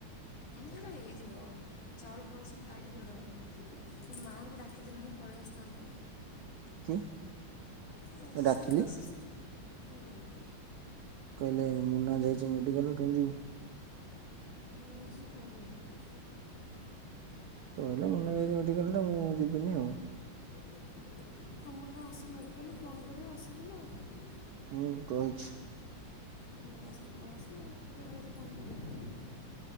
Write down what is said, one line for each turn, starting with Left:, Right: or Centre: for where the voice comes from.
Left: ସେଟା ହେଇଯିବ। ଚାଉଳ ଫାଉଳ ସବୁ ଟାଇଟ୍ କରି ଡବା ଦବ। ସେ ମାଆଙ୍କୁ ଡାକିଦେଲନି ପଳେଇ ଆସିଥାନ୍ତେ।
Right: କି
Left: ରଜ
Right: ଡାକିଲି
Left: ସଇଲାଣି ସେ ସେଠି କଣ କହିଲା?
Right: କହିଲେ ମୁନା ଯାଇଚି ମେଡ଼ିକାଲ କୁ କେମିତି ଯିବି।
Left: ମୁନା ଯାଇଚି କଣ କରିବି।
Right: ତହିଲେ ମୁନା ଯାଇଚି ମେଡ଼ିକାଲଟା ମୁଁ ଯିବିନି ଆଉ।
Left: <unintelligible> ହଁ ମୁନା ଆସୁ ମେଡ଼ିକାଲରୁ ଫୋନ୍ କରିବ ଆସ ବୋଲି ଆଉ।
Right: ହୁଁ କହିଛି।
Left: ମୋ ବସରେ ପଳେଇ ଆସିବେ ଏକୁଟିଆ ଟା ଏଠି କଣ କରିବେ।